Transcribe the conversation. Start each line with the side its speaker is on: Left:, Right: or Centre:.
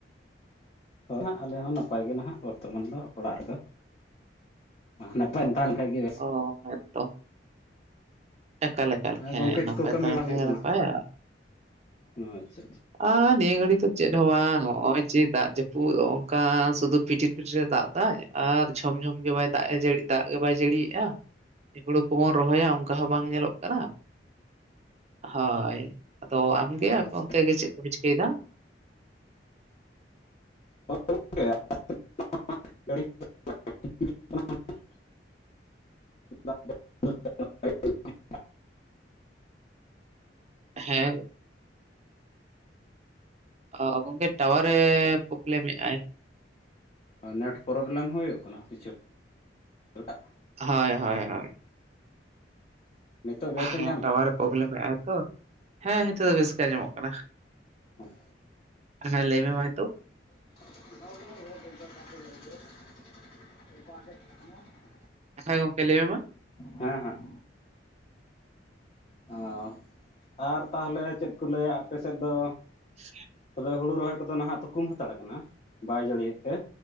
Left: ᱦᱳᱭ ᱦᱟᱸᱜ ᱟᱞᱮ ᱦᱚᱸ ᱱᱟᱯᱟᱭ ᱜᱮ ᱱᱟᱦᱟᱜ ᱵᱚᱨᱛᱚᱢᱟᱱ ᱫᱚ ᱚᱲᱟᱜ ᱨᱮᱫᱚ᱾ ᱱᱟᱯᱟᱭ ᱮᱢ ᱛᱟᱦᱮᱸ ᱞᱮᱱᱠᱷᱟᱱ ᱜᱮ ᱵᱮᱥ
Right: ᱚ ᱦᱮᱸ ᱛᱚ, ᱮᱠᱟᱞ ᱮᱠᱟᱞ ᱦᱮᱸ
Left: ᱜᱚᱝᱠᱮ
Right: ᱱᱟᱯᱟᱭ
Left: ᱪᱮᱫ ᱠᱚ ᱠᱟᱹᱢᱤ
Right: ᱛᱟᱦᱮ
Left: ᱵᱟᱲᱟ
Right: ᱠᱷᱟᱱ
Left: ᱦᱩᱭᱩᱜ ᱠᱟᱱᱟ
Right: ᱱᱟᱯᱟᱭᱼᱟ
Left: ᱟᱪᱪᱷᱟ ᱟᱪᱪᱷᱟ
Right: ᱟᱨ ᱱᱤᱭᱟᱹ ᱜᱷᱟᱹᱲᱤ ᱫᱚ ᱪᱮᱫ ᱦᱚᱸ ᱵᱟᱝ ᱱᱚᱜᱼᱚᱭ ᱡᱮ ᱫᱟᱜ ᱡᱟᱹᱯᱩᱫ ᱱᱚ ᱱᱚᱝᱠᱟ ᱥᱩᱫᱩ ᱯᱷᱤᱴᱤ <unintelligible> ᱫᱟᱜ ᱫᱟᱭ ᱟᱨ ᱡᱷᱚᱢ ᱡᱷᱚᱢ ᱜᱮ ᱵᱟᱭ ᱫᱟᱜ ᱮ ᱡᱟᱹᱲᱤ ᱫᱟᱜ ᱜᱮ ᱵᱟᱭ ᱡᱟᱹᱲᱤᱭᱮᱜᱼᱟ ᱾ ᱦᱩᱲᱩ ᱠᱚᱵᱚᱱ ᱨᱚᱦᱚᱭᱟ ᱚᱱᱠᱟ ᱦᱚᱸ ᱵᱟᱝ ᱧᱮᱞᱚᱜ ᱠᱟᱱᱟ ᱦᱳᱭ ᱟᱫᱚ ᱟᱢᱜᱮ ᱟᱯᱮ
Left: ᱟᱪᱪᱷᱟ
Right: ᱚᱱᱛᱮ ᱜᱮ ᱪᱮᱫ ᱠᱚᱯᱮ ᱪᱤᱠᱟᱹᱭᱮᱫᱟ?
Left: ᱦᱳᱭ ᱜᱚᱢᱠᱮ <unintelligible> <inaudible>
Right: ᱦᱮᱸ ᱚ ᱜᱚᱝᱠᱮ ᱴᱟᱣᱟᱨᱮ ᱯᱨᱚᱵᱞᱮᱢᱮᱜᱼᱟᱭ᱾
Left: ᱚ ᱱᱮᱴ ᱯᱨᱚᱵᱚᱞᱮᱢ ᱦᱩᱭᱩᱜ ᱠᱟᱱᱟ ᱠᱤᱪᱷᱩ ᱮᱴᱟᱜ
Right: ᱦᱚᱭ ᱦᱚᱭ ᱦᱚᱭ
Left: ᱱᱤᱛᱚᱜ ᱵᱮᱥᱮ
Right: ᱦᱮᱸ
Left: ᱧᱟᱢᱮᱫᱼᱟ
Right: ᱴᱟᱣᱟᱨ ᱮ ᱯᱨᱚᱵᱞᱮᱢᱫ ᱟᱭ ᱛᱚ ᱾ ᱦᱮᱸ ᱱᱤᱛᱚᱜ ᱫᱚ ᱵᱮᱥ ᱜᱮ ᱟᱸᱡᱚᱢᱚᱜ ᱠᱟᱱᱟ᱾
Left: ᱦᱩᱸ
Right: ᱦᱮᱸ ᱞᱟᱹᱭ ᱢᱮ ᱢᱟ ᱦᱤᱛᱳᱜ ᱾
Left: <inaudible> <inaudible>
Right: ᱟᱪᱷᱟ ᱜᱚᱝᱠᱮ ᱞᱟᱹᱭ ᱢᱮ ᱢᱟ ᱾
Left: ᱦᱮᱸ ᱦᱟᱸᱜ ᱚ ᱟᱨ ᱛᱟᱦᱚᱞᱮ ᱪᱮᱫ ᱠᱚ ᱞᱟᱹᱭᱟ ᱟᱯᱮ ᱥᱮᱫ ᱫᱚ?
Right: <unintelligible>
Left: ᱛᱚᱵᱮ ᱦᱩᱲᱩ ᱨᱚᱦᱚᱭ ᱠᱚᱫᱚ ᱱᱟᱦᱟᱜ ᱛᱷᱩᱠᱩᱢ ᱦᱟᱛᱟᱲ ᱠᱟᱱᱟ ᱵᱟᱭ ᱡᱟᱹᱲᱤᱭᱮᱫ ᱛᱮ᱾